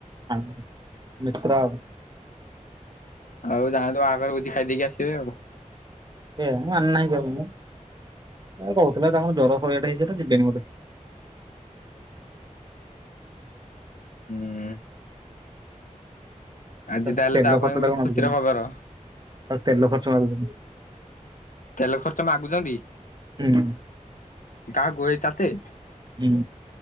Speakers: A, on the right; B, on the left.
A: ଆ ମିତ୍ର ଆଉ
B: ଆଉ ଯାଆନ୍ତୁ ବାହାଘର ଭୋଜି ଖାଇଦେଇକି ଆସିବେ ଆଉ
A: ଏ ଆମେ ଯାଉନୁ କହୁଥିଲା ତାଙ୍କର ଜର <unintelligible> ହେଇଛି ନା ଯିବେନି ବୋଧେ
B: ହୁଁ। ଆଜି
A: ତା
B: ତାହେଲେ
A: ତେଲ
B: ପାଇଁ
A: ଖର୍ଚ୍ଚ
B: ଗୋଟେ
A: ଟା
B: ଖୁସିର
A: ମାଗୁଛନ୍ତି,
B: ଖବର
A: ତେଲ ଖର୍ଚ୍ଚ ମାଗୁଛନ୍ତି।
B: ତେଲ ଖର୍ଚ୍ଚ ମାଗୁଛନ୍ତି
A: ହୁଁ ହୁଁ।
B: ଗାହାକୁଇ ତତେ?
A: ହୁଁ।